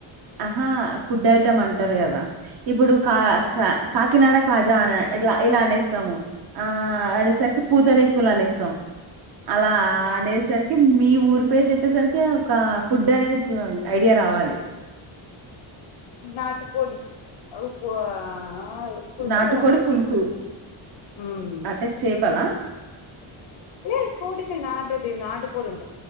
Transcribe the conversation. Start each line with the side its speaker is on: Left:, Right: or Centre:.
Right: ఆహా ఫుడ్ ఐటెమ్ అంటారు కదా ఇప్పుడు కా కా కాకినాడ కాజా అనే ఇట్ల ఇలా అనేస్తాము ఆ అనేసరికి పూత రేకులు అనేస్తాం. అలా
Left: ఆహా
Right: అనేసరికి మీవ్ ఊరి పేరు చెప్పేసరికి ఒక ఫుడ్ అనేది క ఐడియా రావాలి.
Left: నాట్ కోడి అ ఉప్పువా ఆ పుల్సఏదో
Right: నాటుకోడి పులుసు
Left: ఉ మ్
Right: అంటే చేపలా?
Left: లే కోడిని నాటుది నాటుకోడు ఉం